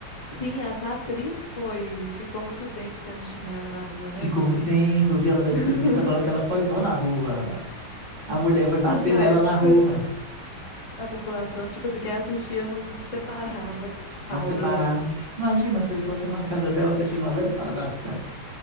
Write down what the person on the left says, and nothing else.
sim, essa atriz foi, ficou muito tempo sendo xingada na rua, né?
Porque
<laughs>
na
época
a população, tipo assim, quem assistia não separava a
obra do autor.